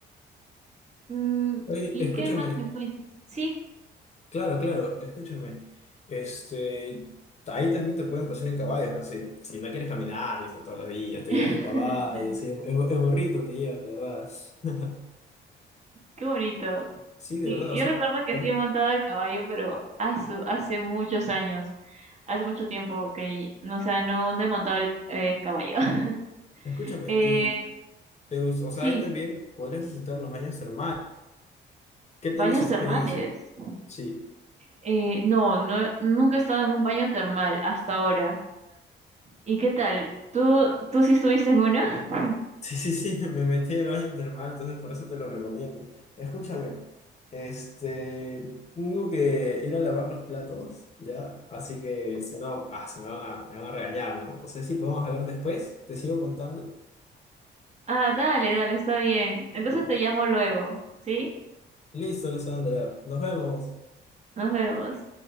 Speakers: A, on the right; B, on the left.
A: Mm,
B: Oye,
A: ¿y
B: escúchame,
A: qué más me cuentas? Sí.
B: claro, claro, escúchame. Este, ahí también te pueden pasar en caballos, así. Si no quieres caminar y eso todos los días, te
A: <laughs>
B: llevan en caballo, así, en, en burrito te llevan, de verdad. <laughs>
A: Qué bonito.
B: Sí, de
A: Sí,
B: verdad,
A: yo
B: o sea,
A: recuerdo que
B: también,
A: sí he montado el caballo, pero hace, hace muchos años, hace mucho tiempo que, no, o sea, no, no he montado el eh, caballo. <laughs>
B: escúchame,
A: Eh,
B: y te gus- o sea,
A: sí,
B: ahí también podrías visitar los baños termales. ¿Qué tal
A: baños
B: esa experiencia?
A: termales.
B: Sí.
A: Eh, no, no, nunca he estado en un baño termal hasta ahora. ¿Y qué tal? ¿Tú, tú sí estuviste en uno? <laughs>
B: Sí, sí, sí, <laughs> me me metí al baño termal, entonces por eso te lo recomiendo. Escúchame, este, tengo que ir a lavar los platos, ¿ya? Así que si no, ah, se me van a, me van a regañar, ¿no? No sé si podemos hablar después, te sigo contando.
A: Ah, dale, dale, está bien. Entonces te llamo luego, ¿sí?
B: Listo, Alessandra, nos vemos.
A: Nos vemos.